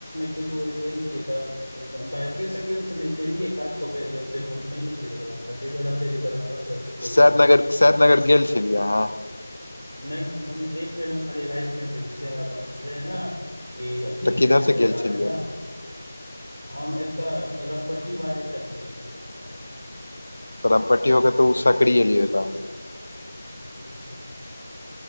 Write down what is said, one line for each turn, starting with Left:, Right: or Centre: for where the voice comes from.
Right: कतेकबेर गेलछियैत बाइके से गेल छलिए गेलियै काज के अलिये ओते घूमने नहि छै दरभंगा ताहिद्वआरे हम चाहे छी दरभंगा एक्सप्लोर
Left: सैदनगर
Right: करियै
Left: सैदनगर गेल छलियै अहाँ
Right: नहि हम हम एक बेर हम खाली राति मे गेल छलियै हमरा कहॉने छलै हे ने की अथि
Left: तऽ किधर
Right: भेट
Left: से
Right: करै
Left: गेल
Right: ल हबै
Left: छलियै
Right: ने हम एतय रामपट्टी बाहे कटने छलियै रास्ता
Left: तम पट्टी होके त ओ सकड़ीए लियता
Right: ह्म